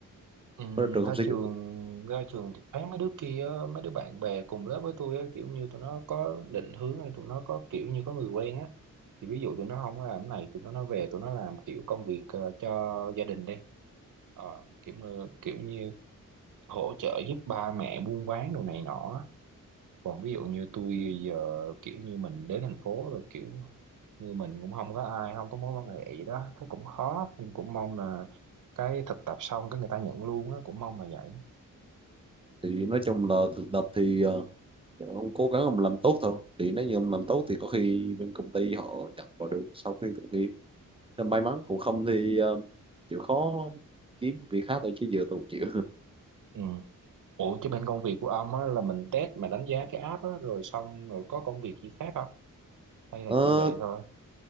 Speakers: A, on the right; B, on the right.
A: Ừ,
B: mới ra trường
A: ra
B: không xin
A: trường
B: được việc
A: ra trường thì thấy mấy đứa kia á, mấy đứa bạn bè cùng lớp với tôi á, kiểu như tụi nó có định hướng hay tụi nó có kiểu như có người quen á thì ví dụ tụi nó không có làm cái này tụi nó nó về tụi nó làm kiểu công việc ờ, cho gia đình đi ờ, kiểu như- kiểu như hỗ trợ giúp ba mẹ buôn bán đồ này nọ á. còn ví dụ như tôi giờ kiểu như mình đến thành phố rồi kiểu như mình cũng không có ai không có mối quan hệ gì đó thấy cũng khó nhưng cũng mong là cái thực tập xong cái người ta nhận luôn á cũng mong là vậy
B: thì nói chung là thực tập thì ờ, ông cố gắng ông làm tốt thôi thì nếu như ông làm tốt thì có khi bên công ty họ nhận vào được sau khi tốt nghiệp nên may mắn cũng không thì ờ, chịu khó kiếm việc khác thôi chứ giờ tôi không chịu <laughs>
A: ừ Ủa chứ bên công việc của ông á là mình test mà đánh giá cái app á rồi xong rồi có công việc gì khác không? Hay là
B: Ờ,
A: chỉ vậy thôi?